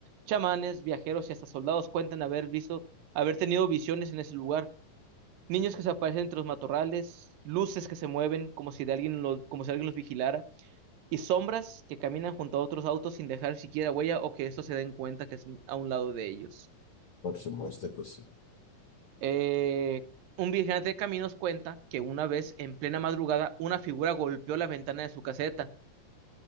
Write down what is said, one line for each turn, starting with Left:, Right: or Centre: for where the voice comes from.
Right: Chamanes, viajeros y hasta soldados cuentan haber visto, haber tenido visiones en ese lugar. Niños que se aparecen entre los matorrales, luces que se mueven como si, de alguien lo- como si alguien los vigilara, y sombras que caminan junto a otros autos sin dejar siquiera huella o que estos se den cuenta que es a un lado de ellos.
Left: Por supuesto que sí.
Right: Eh, un vigilante de caminos cuenta que una vez en plena madrugada una figura golpeó la ventana de su caseta.